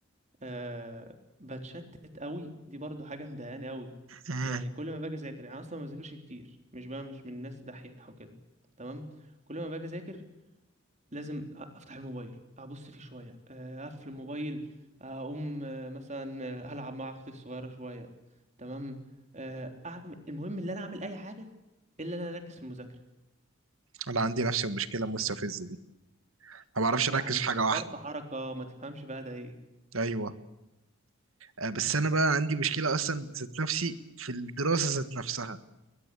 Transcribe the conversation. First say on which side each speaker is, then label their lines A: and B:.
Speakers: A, on the right; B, on the right.
A: آه بتشتت قوي دي برضو حاجه مضايقاني قوي
B: مم.
A: يعني كل ما باجي اذاكر يعني أنا اصلا ما بذاكرش كتير مش بقى مش من الناس دحيحه وكده تمام كل ما باجي اذاكر لازم أ- افتح الموبايل ابص فيه شويه آه، اقفل الموبايل اقوم آه، مثلا آه، العب مع اختي الصغيره شويه تمام آه، اعمل المهم ان انا اعمل اي حاجه الا ان انا اركز في المذاكره
B: انا عندي نفس المشكلة المستفزة دي ما بعرفش
A: يعني
B: اركز في حاجة واحدة
A: فرط حركه ما تفهمش بقى ده ايه
B: ايوه آه، بس انا بقى عندي مشكلة اصلا ذات نفسي في الدراسة ذات نفسها